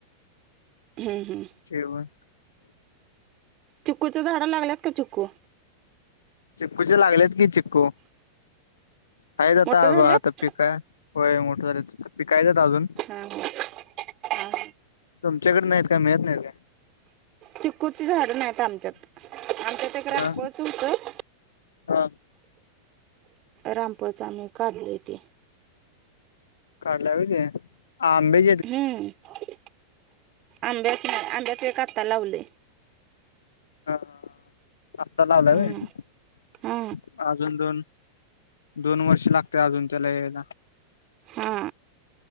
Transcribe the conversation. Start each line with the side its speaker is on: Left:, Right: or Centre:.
Right: हम् हम्म
Left: व
Right: चुकूच्यां झाडं लागल्यात का चुकू
Left: चिक्कूचे लागलेत की चिक्कू काचाता
Right: मोठं झाल्यात
Left: आता पीक आहे वय मोठं झाले पिकायचात अजून
Right: हा हा हा.
Left: तुमच्याकडे नाहीत का मिळत नाही का?
Right: चिककूची झाडं नाही आहेत आमच्यात आमच्यात एक रांगोळ
Left: हा
Right: च होत.
Left: हा
Right: राांपचम्ही काढली तेी
Left: कार्ड लावचे आंबे.
Right: हम्म आंब्याच नाही आंब्याच एक आता लावले.
Left: ह आत्ता लावला
Right: हम्म
Left: का
Right: हा
Left: अजून दोन दोन वर्ष लागते अजून त्याला यायला
Right: हा.